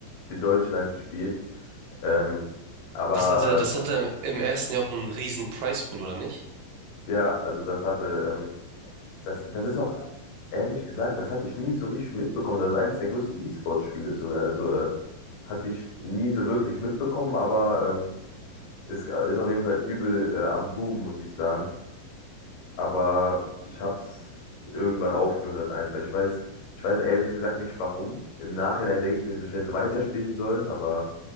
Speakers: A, on the left; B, on the right.
A: für Deutschland gespielt. Ähm, aber
B: Das hatte, das hatte im ersten Jahr auch einen riesen Prizepool, oder nicht?
A: ja, also das hatte, ähm, das, das ist auch ehrlich gesagt, das hatte ich nie so richtig mitbekommen. Das ist eines der größten E-Sport-Spiele sogar. Also äh, hatte ich nie so wirklich mitbekommen, aber ähm, Ist, ist auf jeden Fall übel äh, am Boom, muss ich sagen. Aber ich hab's irgendwann aufgehört einfach. Ich weiß, ich weiß ehrlich gesagt nicht warum. Im Nachhinein denke ich mir so, ich hätte weiterspielen sollen, aber